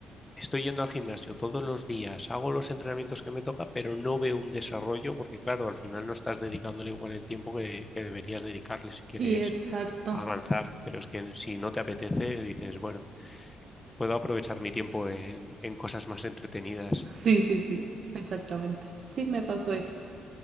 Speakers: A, on the left (about 20°); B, on the right (about 50°).
A: Estoy yendo al gimnasio todos los días, hago los entrenamientos que me toca, pero no veo un desarrollo porque, claro, al final no estás dedicándole igual el tiempo que, que deberías dedicarle si quieres
B: Sí, exacto.
A: avanzar. Pero es que si no te apetece, dices, bueno, puedo aprovechar mi tiempo en, en cosas más entretenidas.
B: Sí, sí, sí, exactamente. Sí, me pasó eso.